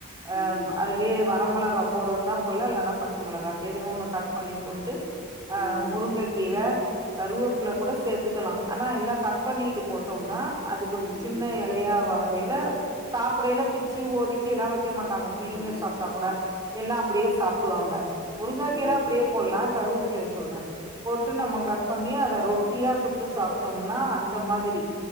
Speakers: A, on the right; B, on the left.
A: அ
B: ம்
A: அதுலயே வரமிளகா போறதுன்னா போட்ல இல்லனா ப பச்ச மொளகா எதையோ ஒண்ணு கட் பண்ணி போட்டு அ
B: ம்
A: முருங்க
B: ம்
A: கீர கருவப்பில கூட சேத்துக்கலா ஆனா எல்லா கட் பண்ணீட்டு போட்டோம்னா அது கொஞ்சொ
B: ம்
A: சின்ன
B: ம்
A: எலையா வரேல சாப்டேல பிச்சு ஒதுக்கீல்லா வக்க மாட்டாங்க புள்ளைங்க
B: ம்
A: சாப்ட்டா கூட எல்லா அப்டியே சாப்டுவாங்க முருங்கக்கீர
B: ம்
A: அப்டியே போட்லா கருவப்பிலய சொல்றே போட்டு நம்ம கட் பண்ணி அத ரொட்டியா சுட்டு சாப்ட்டோம்ன்னா அந்த மாதிரி